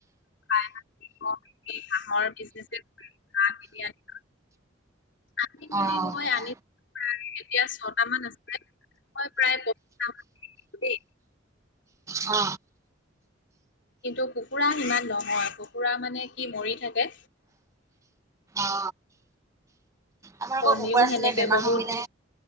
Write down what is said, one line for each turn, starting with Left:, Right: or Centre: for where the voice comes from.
Left: নাই আহা নেকি হাঁহৰ বিজনেছে কৰিম হাঁহ কিনি আনিম আনি মেলি
Right: অ অ
Left: মই আনি প্ৰায় এতিয়া ছটা মান আছে মই প্ৰায় <unintelligible> দেই
Right: অ
Left: কিন্তু কুকুৰা ইমান নহয় কুকুৰা মানে কি মৰি থাকে
Right: অ আমাৰ আকৌ
Left: কণীও
Right: কুকুৰা আছিলে
Left: সেনেকে
Right: বেমাৰ
Left: বহুত
Right: হৈ মৰিলে